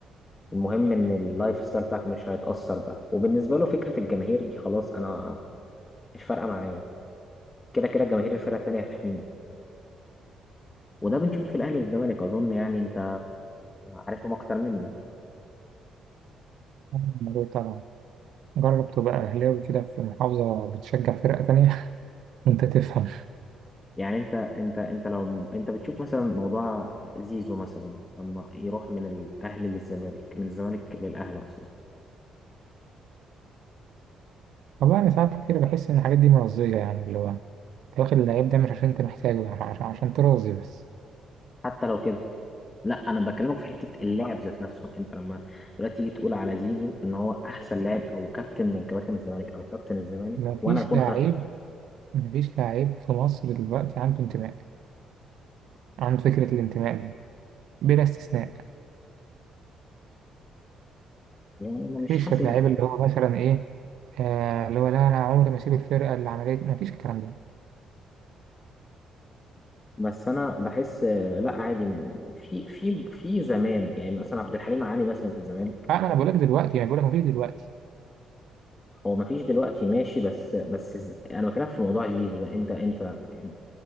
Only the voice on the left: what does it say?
المهم ان اللايف ستايل بتاعك مش هيتاثر بقى وبالنسبه له فكره الجماهير دي خلاص انا مش فارقه معايا كده كده جماهير الفرقه التانيه هتحميني وده بنشوفه في الاهلي والزمالك اظن يعني انت عارفهم اكتر مني
يعني انت انت انت لو انت بتشوف مثلا موضوع زيزو مثلا لما يروح من الاهلي للزمالك من الزمالك للاهلي اقصد
حتى لو كده لا انا بكلمك في حته اللاعب ذات نفسه انت لما دلوقتي تيجي تقول على زيزو ان هو احسن لاعب او كابتن من كباتن الزمالك او كابتن الزمالك
وانا اكون
خدته
يعني انا مش
حاسس
بس انا بحس آه، لا عادي في في في زمان يعني مثلا عبد الحليم علي مثلا في الزمالك
هو ما فيش دلوقتي ماشي بس بس ز- انا بكلمك في موضوع زيزو ده انت انت يعني